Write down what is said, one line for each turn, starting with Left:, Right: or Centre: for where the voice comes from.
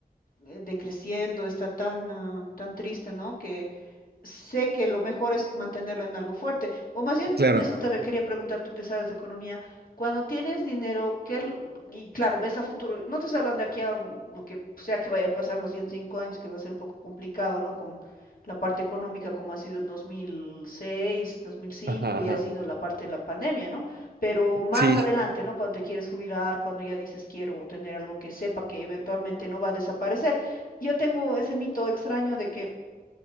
Left: eh, decreciendo, está tan, ah, tan triste, ¿no? Que sé que lo mejor es mantenerlo en algo fuerte. O más bien,
Right: Claro.
Left: eso te quería preguntar tú que sabes de economía. Cuando tienes dinero, ¿qué, es- y claro, ves a futuro, no te estoy hablando de aquí a un- lo que sea que vaya a pasar en los siguientes cinco años, que va a ser un poco complicado, ¿no? Con la parte económica como ha sido el dos dos mil seis dos mil cinco
Right: Ajá,
Left: y
Right: ajá.
Left: ha sido la parte de la pandemia, ¿no? Pero más
Right: Sí,
Left: adelante, ¿no? Cuando te quieres jubilar, cuando ya dices quiero tener algo que sepa que eventualmente no va a desaparecer. Yo tengo ese mito extraño de que